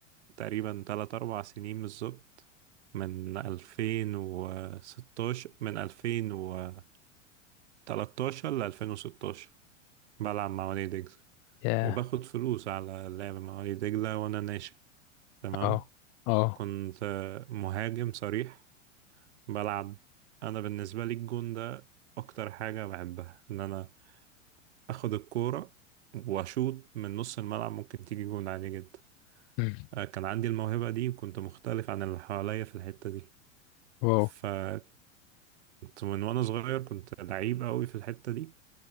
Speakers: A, on the right (about 60°); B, on the left (about 45°).
A: تقريبا تلات أربع سنين بالظبط من 2016 من 2013 ل 2016 بلعب مع وادي دجلة
B: ياه
A: وباخد فلوس على اللعب مع وليد دجلة وأنا ناشئ تمام
B: اه اه
A: كنت آه، مهاجم صريح بلعب أنا بالنسبة لي الجون ده أكتر حاجة بحبها إن أنا أخد الكورة وأشوط من نص الملعب ممكن تيجي جون عادي جدا
B: مم.
A: آه، كان عندي الموهبة دي وكنت مختلف عن اللي حواليا في الحتة دي
B: واو
A: فكنت من وأنا صغير كنت لعيب قوي في الحتة دي